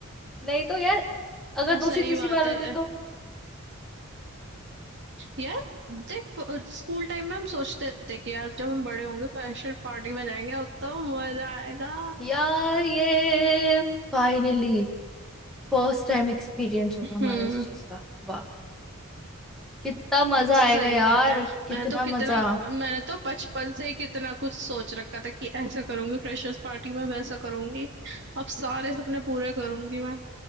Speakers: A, in the centre; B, on the right.
A: नहीं तो यार अगर
B: अ,
A: दूसरी
B: सही
A: तीसरी
B: बात
A: बार
B: है
A: होती तो
B: अ, यार देख स्कूल टाइम में हम सोचते थे कि यार जब हम बड़े होंगे फ्रेशर पार्टी में जाएंगे अब तो मजा आएगा
A: यार ये फाइनली फर्स्ट टाइम एक्सपीरियंस होगा
B: हम्म
A: हमारा इस चीज का वाह कितना मजा
B: सही
A: आएगा यार
B: बात है
A: कितना
B: मैंने तो कितना
A: मजा
B: मैंने तो बचपन से ही कितना कुछ सोच रखा था कि ऐसा करूंगी फ्रेशर्स पार्टी में वैसा करूंगी अब सारे सपने पूरे करूंगी मैं